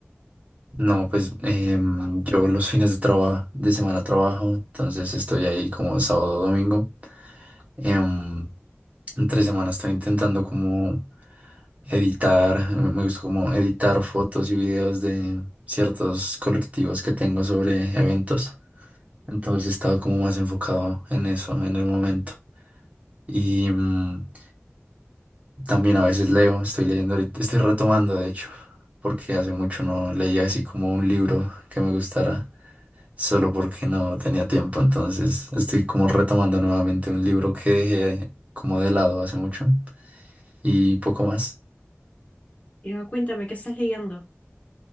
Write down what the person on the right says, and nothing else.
No, pues em, yo los fines de trabajo, de semana trabajo, entonces estoy ahí como sábado, domingo. Em, en tres semanas estoy intentando como editar, me gusta como editar fotos y videos de ciertos colectivos que tengo sobre eventos. Entonces he estado como más enfocado en eso en el momento. Y mm, también a veces leo, estoy leyendo, ahorita- estoy retomando de hecho, porque hace mucho no leía así como un libro que me gustara, solo porque no tenía tiempo. Entonces estoy como retomando nuevamente un libro que dejé como de lado hace mucho y poco más.